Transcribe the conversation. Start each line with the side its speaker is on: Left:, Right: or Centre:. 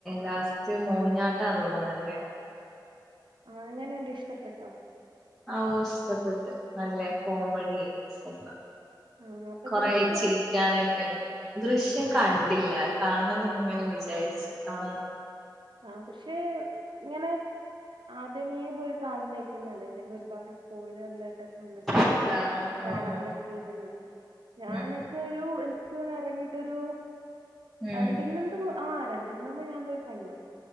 Centre: ലാസ്റ്റ് മോഹിനിയാട്ടാന്ന് തോന്നുന്നു കണ്ടേ.
Right: ആഹ് എങ്ങനെണ്ട് ഇഷ്ടപ്പെട്ടോ?
Centre: അഓഹ് ഇഷ്ടപ്പെട്ട്. നല്ല കോമഡി സിനിമ.
Right: ആ അപ്പൊ
Centre: കൊറേ
Right: ദൃശ്യം
Centre: ചിരിക്കാനൊക്കെണ്ട്. ദൃശ്യം
Right: ആ
Centre: കൺ ട്ടില്ലാ. കാണണംന്ന് ങ്ങനെ വിചാരിച്ച്. കാണാ
Right: ആഹ് പക്ഷെ ങ്ങനെ ആദ്യമേ പോയി കാണുന്നേക്കും നല്ലേ. ഇല്ലെങ്കി ഒരുപാട് സ്പോയിലർലാട്ടൊ അന്ന്ട്ട് പിന്നെ
Centre: അതാ
Right: കാണാം
Centre: ആ
Right: പറ്റില്ലെന്ന്
Centre: ആ
Right: വെക്കും. ഞാനൊക്കെ
Centre: ഉം
Right: ഒരു എന്ത് ക്ക് തോന്ന്ന്നെ എറങ്ങിട്ടൊരു
Centre: ഉം ഉം
Right: രണ ണ്ടിന്നെന്ത് പോവാ ആഹ് രണ്ടിന്ന ന്ന് ഞാ പോയി കണ്ടു.